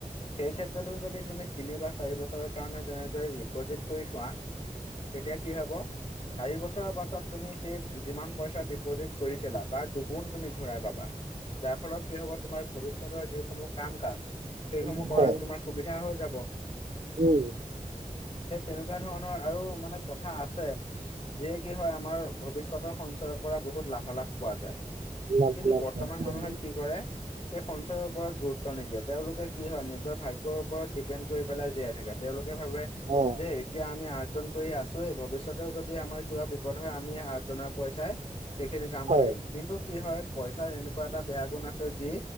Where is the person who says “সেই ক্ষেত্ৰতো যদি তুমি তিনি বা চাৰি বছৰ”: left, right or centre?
Left